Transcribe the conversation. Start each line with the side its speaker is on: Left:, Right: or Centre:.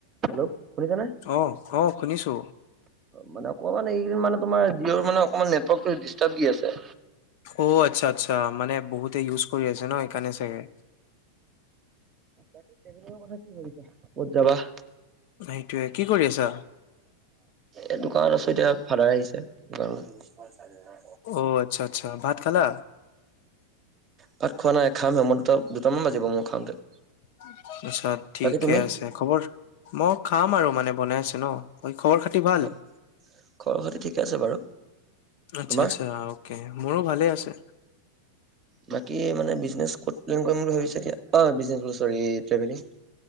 Right: Hello! শুনিছা নে!
Left: অ, অ, শুনিছো।
Right: মানে অকমান এইকেইদিন মানে তোমাৰ জিঅ'ৰ মানে অকমান নেটৰ্কটো ডিছটাৰ্ব দি আছে।
Left: অ, আচ্ছা, আচ্ছা। মানে বহুতে ইউজ কৰি আছে ন, সেইকাৰণে চাগে।
Right: বাকী, ট্ৰেভেলিঙৰ কথা কি ভাবিছা? ক'ত যাবা?
Left: সেইটোৱে, কি কৰি আছা?
Right: এই দোকানত আছো এতিয়া, ফাদাৰ আহিছে দোকানত।
Left: অ, আচ্ছা, আচ্ছা। ভাত খালা?
Right: ভাত খোৱা নাই, খাম হে। মই দুটা-দুটামান বাজিব মোৰ খাওঁতে।
Left: <unintelligible> ঠিকে
Right: বাকী তুমি?
Left: আছে, খবৰ। মইও খাম আৰু বনাই আছে ন। বাকী, খবৰ-খাতি ভাল?
Right: অ' খবৰ খাতি ঠিকে আছে বাৰু।
Left: আচ্ছা,
Right: তোমাৰ?
Left: আচ্ছা। অ। মোৰো ভালে আছে।
Right: বাকী, মানে বিজনেছ ক'ত প্লেন কৰিম বুলি ভাবিছে এতিয়া? অ, বিজনেছ বোলে চৰি ট্ৰেভেলিং?